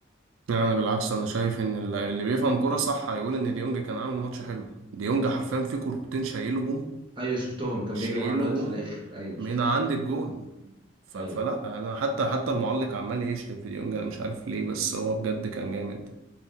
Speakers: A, on the right; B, on the right.
A: يعني أنا بالعكس أنا شايف إن اللي اللي بيفهم كورة صح هيقول إن ديونج كان عامل ماتش حلو ديونج حرفيا في كورتين شايلهم
B: ايوه شفتهم كان
A: شايلهم
B: بيجري مع الواد في الاخر ايوه
A: من
B: شفته
A: عند الجون ف-
B: ايوه
A: فلا انا حتى حتى المعلق عمال يشتم في ديونج انا مش عارف ليه بس هو بجد كان جامد